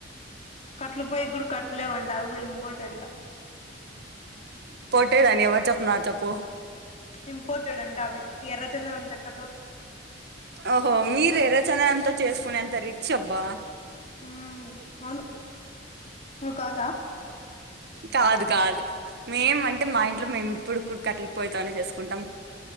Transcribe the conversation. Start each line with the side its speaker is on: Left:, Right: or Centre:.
Left: కట్ల పోయి కూడా కట్టలేవంట అవి కూడా ఇంపార్టెంట్
Right: పట్టేదని చప్ప నా చప్ప
Left: ఇంపార్టెంట్ అంట అవి ఎర్ర చంద నమ్ చక్క
Right: ఓహో మీరు ఎర్రచందంత చేసుకునేంత రిచ్చ అబ్బా
Left: హ్మ్మ్ అవును నువ్వు కాదా
Right: కాదు కాదు మేము అంటే మా ఇంట్లో మేము ఇప్పుడు కట్టలిపోయితోనే చేసుకుంటాం